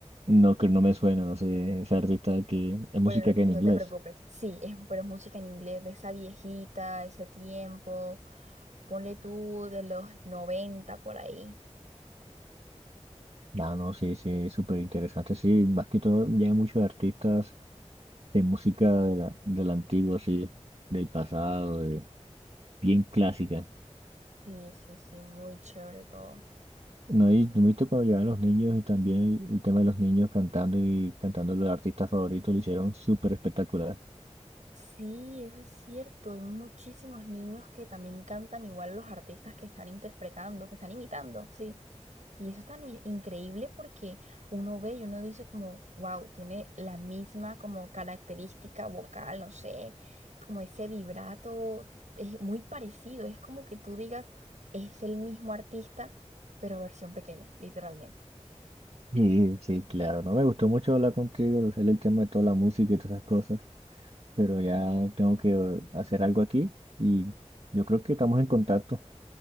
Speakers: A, on the right; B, on the right.
A: no, que no me suena, no sé, ese artista que es
B: Bueno,
A: música
B: no,
A: que en
B: no
A: inglés.
B: te preocupes. Sí, es, pero es música en inglés de esa viejita, ese tiempo. Ponle tú de los 90 por ahí.
A: Ah, no, sí, sí, súper interesante, sí, más que todo llegan muchos artistas de música de la, de la antigua, sí, del pasado, de- bien clásica.
B: Sí, sí, sí, muy chévere todo.
A: No, y tú viste cuando llegaron los niños y también el, el tema de los niños cantando y cantando los artistas favoritos lo hicieron súper espectacular.
B: Sí, eso es cierto. Hay muchísimos niños que también cantan igual a los artistas que están interpretando, que están imitando, sí. Y eso es tan i- increíble porque uno ve y uno dice como, wow, tiene la misma como característica vocal, no sé, como ese vibrato, es muy parecido. Es como que tú digas, es el mismo artista, pero versión pequeña, literalmente.
A: Y sí, claro, no me gustó mucho hablar contigo, lo sé el tema de toda la música y todas esas cosas, pero ya tengo que eh, hacer algo aquí y yo creo que estamos en contacto.